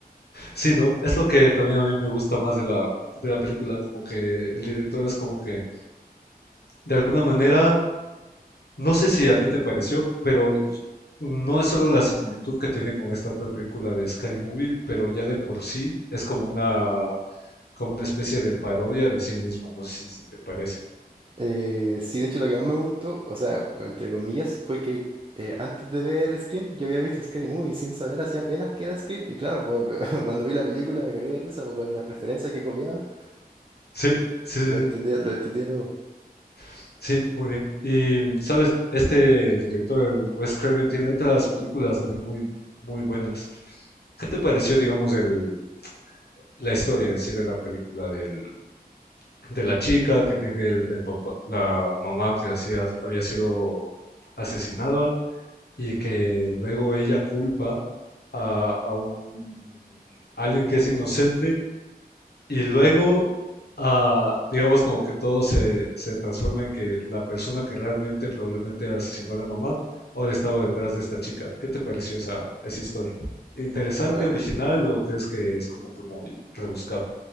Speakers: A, on the left; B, on the right.
A: Sí, ¿no? Es lo que también a mí me gusta más de la, de la película, como que el director es como que, de alguna manera, no sé si a ti te pareció, pero y- no es solo la similitud que tiene con esta otra película de Scary Movie, pero ya de por sí es como una, como una especie de parodia de sí misma, no sé si si te parece.
B: Eh, sí, de hecho lo que más me gustó, o sea, entre comillas, fue que eh, antes de ver Scream yo había visto Scary Movie sin saber hacía apenas que era Scream y claro, pues, <laughs> cuando vi la película me cagué de risa pues, con las referencias que copiaba,
A: Sí, sí, sí,
B: lo entendía, lo entendía todo.
A: sí, sí, muy bien. Y, ¿sabes? Este, el director, el Wes Craven, tiene otras películas también muy, muy buenas. ¿Qué te pareció, digamos, el, la historia en sí de la película del- de la chica que tiene el, el papá, la mamá que hacía- había sido asesinada y que luego ella culpa a, a un, a alguien que es inocente Y luego, ah, digamos como que todo se, se transforma en que la persona que realmente probablemente asesinó a la mamá ahora estaba detrás de esta chica. ¿Qué te pareció esa, esa historia? ¿Interesante,
B: A ver,
A: original o crees que es como que muy rebuscado?